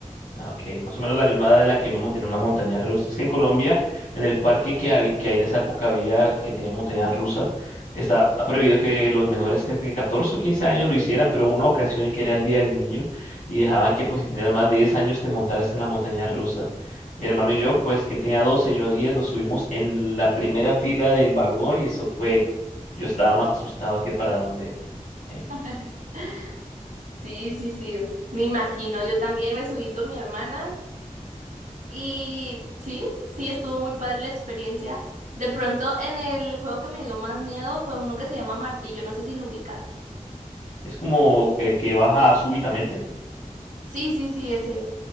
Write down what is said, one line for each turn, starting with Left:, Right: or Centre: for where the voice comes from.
Left: Ah, ok, más o menos la misma edad en la que yo me monté en una montaña rusa. Es que en Colombia, en el parque que, habi- que hay en esa época había, que tenía montaña rusa, estaba prohibido que los menores, creo que 14 o 15 años lo hicieran, pero hubo una ocasión en que era el Día del Niño y dejaban que pues si tenías más de diez años te montaras en la montaña rusa. Mi hermano y yo, pues que él tenía 12, yo 10, nos subimos en la primera fila del vagón y eso fue, yo estaba más asustado que para donde. eh,
Right: <laughs> Sí, sí, sí, me imagino. Yo también me subí con mi hermana Y sí, sí, estuvo muy padre la experiencia. De pronto, en el juego que me dio más miedo fue uno que se llama Martillo, no sé si lo ubicas.
Left: es como el que baja súbitamente.
Right: Sí, sí, sí, ese,